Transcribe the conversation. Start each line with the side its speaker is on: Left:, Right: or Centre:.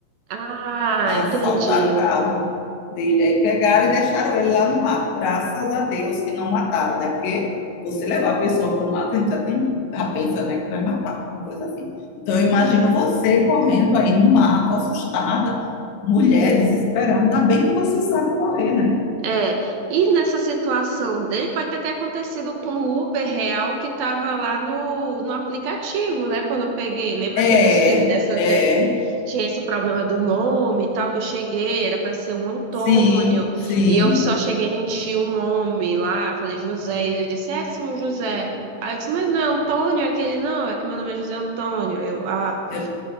Right: Ah,
Left: assaltaram
Right: entendi.
Left: o carro dele aí, pegaram e deixaram ele lá no mato. Graças a Deus que não mataram, né? Porque você levar a pessoa para o mato, a gente já tem, já pensa, né, que vai matar, alguma coisa assim. Então, eu imagino você correndo aí no mato, assustada, mulher desesperada. Ainda bem que você sabe correr, né?
Right: É, e nessa situação dele, pode ter até acontecido com o Uber real que estava lá no, no aplicativo, né, quando eu peguei. Lembra
Left: É,
Right: que eu disse que essa
Left: é,
Right: Tinha esse problema do nome e tal, que eu cheguei, era para ser um Antônio,
Left: sim, sim.
Right: e eu só cheguei a mentir o nome lá, falei José, e ele disse, é sim, um José. Aí eu disse, mas não é Antônio? É Aquele, não, é que meu nome é José Antônio. Eu, ah.
Left: Eu